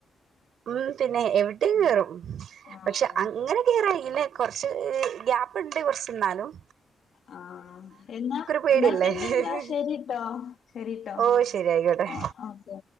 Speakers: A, on the right; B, on the left.
A: ഉം പിന്നെ എവിടെ കേറും
B: ഉം ആഹ്
A: പക്ഷെ അങ്ങനെ കേറായില്ല. കു ക്ഷെ ഗ്യാപ്പ്ണ്ട് കൊർച്ച് ന്നാലും
B: ആ എന്നാ
A: പേടിയല്ലേ
B: ന്നാപിന്നെന്താ ശെരീട്ടോ ശെരീട്ടോ.
A: ഓ ശരി ആയിക്കോട്ടെ
B: ആ ഓക്കെ.